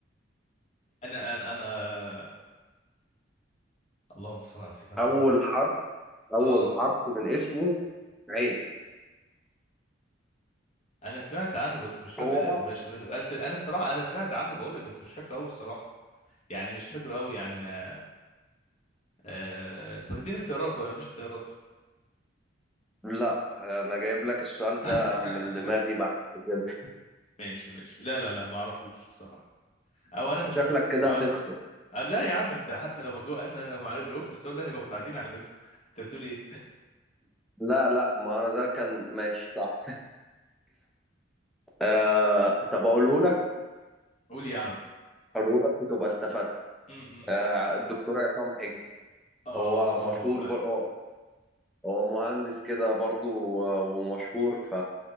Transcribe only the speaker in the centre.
أول حرف أول
حرف من اسمه عين
هو مصري
لا أنا جايب لك السؤال ده
من دماغي بحت كده
شكلك
كده
هتخسر
لا لا ما انا ده كان ماشي صح آه طب اقوله لك
اقوله لك وتبقى استفدت
آه الدكتور عصام حجي
هو
مشهور
بر... هو هو مهندس كده برضه و- ومشهور ف